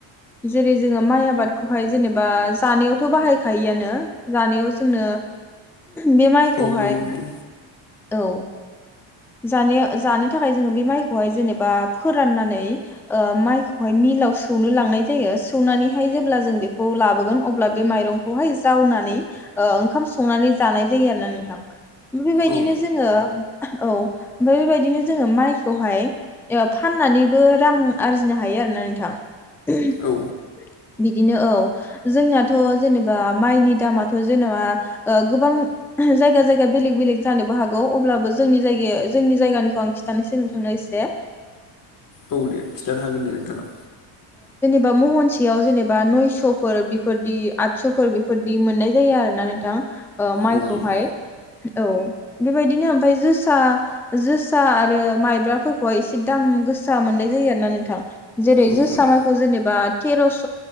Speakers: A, in the centre; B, on the left.
A: जेरै जोङो माइ आ बादखौहाय जेनेबा जानायावथ बाहायखायोआनो जानायाव जोंनो बेमाइखौहाय
B: औ नंगौ नोंथां
A: औ जानो जानो थाखाय जोङो बे माइखौहाय जेनेबा फोराननानै ओ माइखौहाय मिलाव सौनो लांनाय जायो सौनानै हाय जेब्ला जों बेखौ लाबोगोन अब्ला बे माइरंखौहाय जावनानै ओंखाम संनानै जानाय जायो आरोना नोंथां। बेबायदिनो
B: औ
A: जोङो औ ओमफ्राय बेबायदिनो जोङो माइखौहाय फाननानैबो रां आरजिनो हायो आरोना नोंथां। <unintelligible>
B: औ
A: बिदिनो औ जोंनाथ' जेनेबा माइनि दामाथ' जेनेबा गोबां जायगा जायगा बेलेग बेलेग जानोबो हागौ अब्लाबो जोंनि जायगायाव जोंनि जायगानिखौ आं खिन्थानोसै नों थांनो एसे।
B: औ दे खिन्थानो हागोन दे नोंथाङा।
A: बा महन सेआव जेनेबा नयस'फोर बेफोरदि आदस'फोर बेफोरदि मोननाय जायो आरो ना नोंथां। ओ माइखौहाय।
B: औ नंगौ
A: औ बेबायदिनो ओमफ्राय जोसा जोसा आरो माइब्राफोरखौहाय एसे दाम गोसा मोननाय जायो आरो ना नोंथां। जेरै
B: औ
A: जोसा
B: नंगौ।
A: मायखौ जेनेबा तेरस'